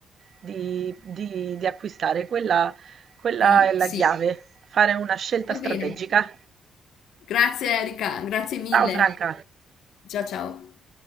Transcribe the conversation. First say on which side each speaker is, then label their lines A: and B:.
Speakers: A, on the right; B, on the left.
A: di di di acquistare. Quella quella
B: Di,
A: è la
B: sì,
A: chiave, fare una scelta
B: va
A: strategica.
B: bene. Grazie Erika, grazie mille.
A: Ciao Franca.
B: Ciao ciao.